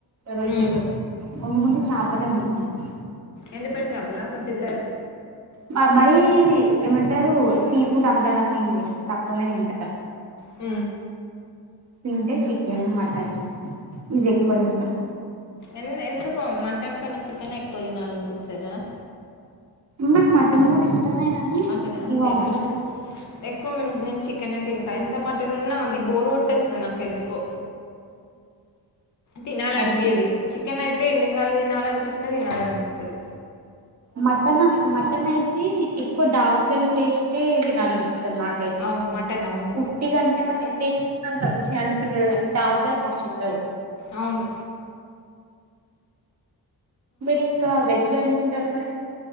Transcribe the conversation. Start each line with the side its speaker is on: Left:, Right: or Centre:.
Right: రొయ్యలు
Left: ఉమ్
Right: వండుకుంటే చాపలే వండుకుంటం
Left: ఎండి పోయిన చాపల మొట్టి లె
Right: మ మరీ ఏమంటారు సీ ఫుడ్ అంతగనం ఎం తినం తక్కువనే తింటం
Left: ఉ
Right: తింటే చికెన్ మటన్ ఇవి ఎక్కువ తింటాం
Left: ఎన్ ఎందుకో మటన్ కన్నా చికెనే ఎక్ ఎక్కువ తినాలనిపిస్తది కదా
Right: నాకు మటన్ కూడా ఇష్టమే గాని
Left: మటన్ అంతేనా
Right: ఇగ
Left: నేను ఎక్కువ మేం నేను చికెనే తింటా ఎంత మటన్ ఉన్న అది బోర్ కోట్ కొట్టేస్తా నాకెందుకొ తినాలనిపింయాది
Right: అది
Left: చికెన్ అయితే ఎన్నిసార్లు తినాలనిపించినా తినాలనిపిస్తది
Right: మటన్ మటన్ అయితే ఎక్కువ దావతులలో టేస్టే తినాల పిస్తది నాకైతే
Left: అవును మటన్ అవును
Right: ఉట్టి కంటే మన ఇన్ తీసుకుందాం అంత మంచిగా అనిపియదు గాని దావతల్లో మస్త్ ఉంటది
Left: అవును
Right: మీరి ఇంకా వెజ్లో ఏం తింటారు మరి?